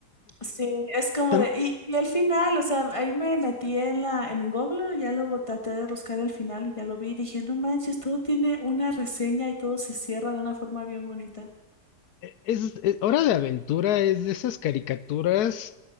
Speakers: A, on the left (about 20°); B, on the left (about 75°).
A: Sí, es como
B: Tam-
A: de, y, y al final, o sea, ahí me metí en la, en el Google, ya luego traté de buscar el final y ya lo vi y dije, no manches, todo tiene una reseña y todo se cierra de una forma bien bonita.
B: E- Es, e- Hora de Aventura es de esas caricaturas